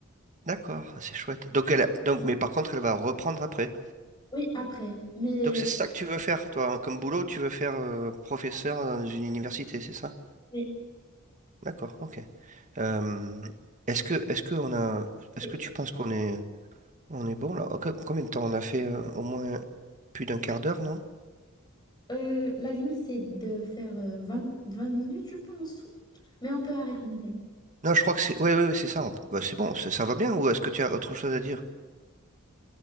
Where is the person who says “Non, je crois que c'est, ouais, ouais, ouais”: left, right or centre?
Right